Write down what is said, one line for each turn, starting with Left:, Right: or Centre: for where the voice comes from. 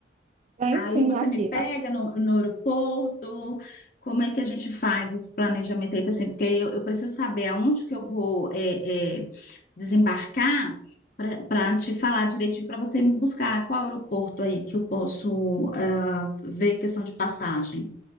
Right: Tem
Left: Aí
Right: sim
Left: você
Right: aqui.
Left: me pega no, no aeroporto, como é que a gente faz esse planejamento aí, assim, porque eu, eu preciso saber aonde que eu vou é, é, desembarcar para te falar direitinho, para você me buscar qual aeroporto aí que eu posso ah, ver questão de passagem.